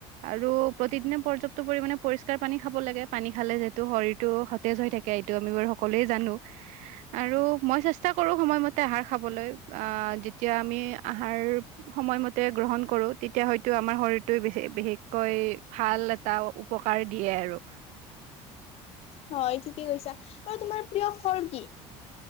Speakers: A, on the right; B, on the left.
A: আৰু প্ৰতিদিনে পৰ্যাপ্ত পৰিমাণে পৰিষ্কাৰ পানী খাব লাগে পানী খালে যিহেতু শৰীৰটো সতেজ হৈ থাকে এইটো আমি বাৰু সকলোৱে জানো আৰু মই চেষ্টা কৰো সময়মতে আহাৰ খাবলৈ যেতিয়া আমি আহাৰ সময়মতে গ্ৰহণ কৰোঁ তেতিয়া হয়তো আমাৰ শৰীৰটোৱে বে বিশেষকৈ ভাল এ এটা উপকাৰ দিয়ে আৰু
B: হয় ঠিকেই কৈছা আৰু তোমাৰ প্ৰিয় ফল কি?